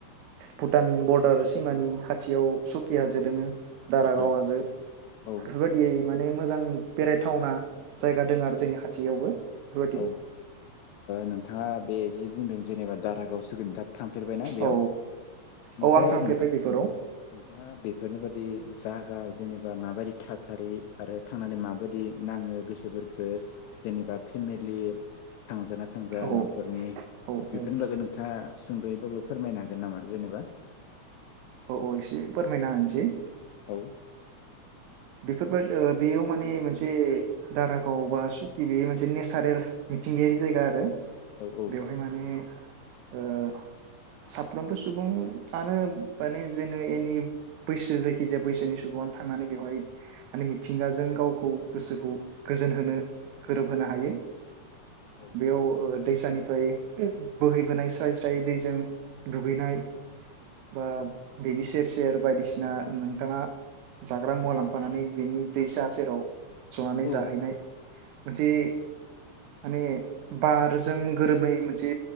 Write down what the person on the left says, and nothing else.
औ
औ
औ ओ नोंथाङा बे जि बुंदों जेनेबा दारागाव सोगोन दा <unintelligible> थांफेरबायना बेयाव
ओमफ्राय
नोंथां
नोंथाङा बेफोरनि बायदि इ जागा जेनेबा माबादि थासारि आरो थांनानै माबादि नाङो गोसो फोरखो जेनिबा फेमिलि थांजाना थांजा
न'खरनि
बेफोरनि
बागै नोंथाङा सुंद'यै बो फोरमायनो हागोन नामा जेनेबा
औ।
औ औ
औ
औ
औ